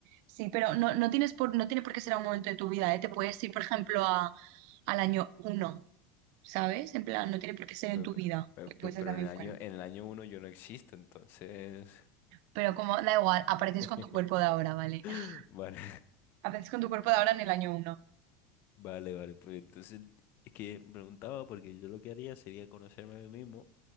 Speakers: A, on the right; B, on the left.
A: Sí, pero no, no tienes por, no tiene por qué ser a un momento de tu vida, ¿eh? Te puedes ir, por ejemplo, a, al año uno, ¿sabes? En plan, no tiene por qué ser en
B: Pe-
A: tu
B: pe-
A: vida,
B: pe- pe-
A: puede ser
B: Pero
A: también
B: en el año,
A: fuera.
B: en el año uno yo no existo, entonces.
A: Pero como, da igual, apareces
B: <laughs>
A: con tu cuerpo de ahora, ¿vale? <laughs>
B: Vale,
A: Apareces con tu cuerpo de ahora en el año uno.
B: vale, vale. Pues entonces es que me preguntaba porque yo lo que haría sería conocerme a mí mismo